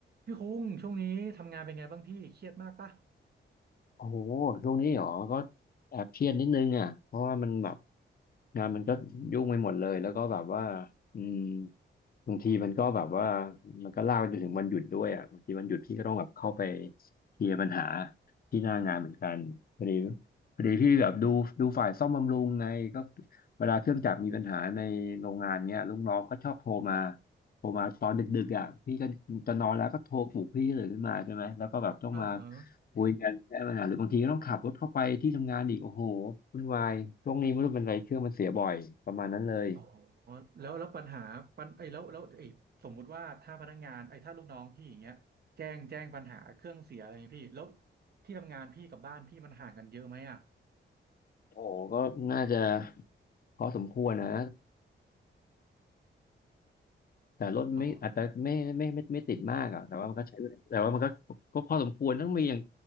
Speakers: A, on the right; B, on the left.
A: พี่คุ้งช่วงนี้ทำงานเป็นไงบ้างพี่เครียดมากปะ
B: โอ้โหช่วงนี้เหรอก็แอบเครียดนิดนึงอ่ะเพราะว่ามันแบบงานมันก็ยุ่งไปหมดเลยแล้วก็แบบว่าอืมบางทีมันก็แบบว่ามันก็ลากไปจนถึงวันหยุดด้วยอ่ะบางทีวันหยุดพี่ก็ต้องแบบเข้าไปเคลียร์ปัญหาที่หน้างานเหมือนกันพอดีพอดีพี่แบบดูดูฝ่ายซ่อมบำรุงไงก็เวลาเครื่องจักรมีปัญหาในโรงงานเนี้ยลูกน้องก็ชอบโทรมาโทรมาตอนดึกๆอ่ะพี่ก็จะนอนแล้วก็โทรปลุกพี่ตื่นขึ้นมาใช่ไหมแล้วก็แบบต้องมา
A: อ่าฮะ
B: คุยกันแก้ปัญหาหรือบางทีก็ต้องขับรถเข้าไปที่ทำงานอีกโอ้โหวุ่นวายช่วงนี้ไม่รู้เป็นไรเครื่องมันเสียบ่อยประมาณนั้นเลย
A: อ๋อแล้วแล้วปัญหาปัญไอ้ยแล้วแล้วไอ้ยสมมุติว่าถ้าพนักงานไอ้ยถ้าลูกน้องพี่อย่างเงี้ยแจ้งแจ้งปัญหาเครื่องเสียอะไรอย่างเงี้ยพี่แล้วที่ทำงานพี่กับบ้านพี่มันห่างกันเยอะไหมอ่ะ
B: โอ้โหก็น่าจะพอสมควรนะแต่รถไม่อาจจะไม่ไม่ไม่ไม่ติดมากอ่ะแต่ว่ามันก็ใช้แต่ว่ามันก็ก็พอสมควรต้องมีอย่าง
A: อ๋อ